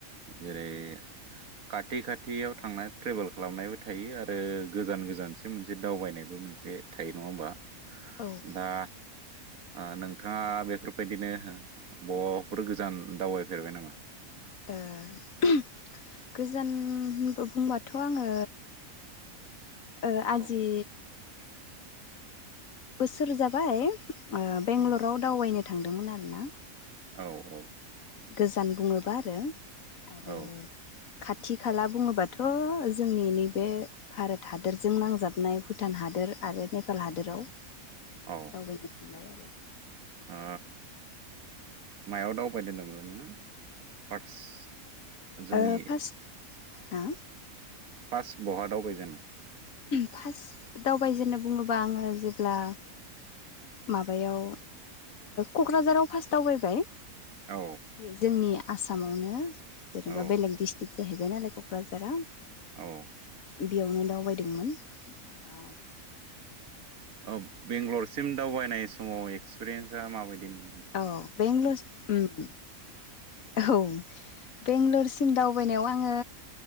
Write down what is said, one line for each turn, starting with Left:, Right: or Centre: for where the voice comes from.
Right: जेरै खाथि खाथियाव थांनाय ट्रेभेल खालामनायबो थायो आरो गोजान गोजानसिम मोनसे दावबायनायबो मोनसे थायो नङा होमबा
Left: औ ओ
Right: दा
Left: <inaudible>
Right: ओ नोंथाङा बेफोरबायदिनो बबाफोर गोजान दावबायफेरबाय नामा
Left: ओ गोजानबो बुंबाथ' आङो ओ आजि
Right: औ
Left: बोसोर जाबाय ओ बेंगलराव
Right: औ
Left: दावबायनो थांदोंमोन आरोना
Right: औ औ
Left: गोजान बुङोब्ला आरो आरो
Right: औ
Left: खाथि खाला बुङोबाथ' जोंनि नैबे भारत हादोरजों नांजाबनाय भुटान हा दोर आरो नेपाल हादोराव दावबायनो
Right: औ
Left: थांबाय आरो
Right: ओ मायाव दावबाय दोनदोंमोन नोङो फार्स्ट जोंनि
Left: ओ फार्स्ट हा
Right: फास बहा दावबायजेननाय?
Left: फार्स्ट दावबायजेननाय बुङोबा आङो जेब्ला माबायाव क'क्राझाराव फार्स्ट दावबायबाय
Right: औ
Left: बे जोंनि आसामावनो जेनेबा
Right: औ
Left: बेलेग डिस्ट्रिक जाहैबाय नालाय क'क्राझारा
Right: औ
Left: बियावनो दावबायदोंमोन ओ
Right: ओ बेंगलरसिम दावबायनाय समाव एक्सपिरियेन्सा माबायदिमोन?
Left: औ बेंगलर उम औ बेंगलर सिम दावबायनायाव आङो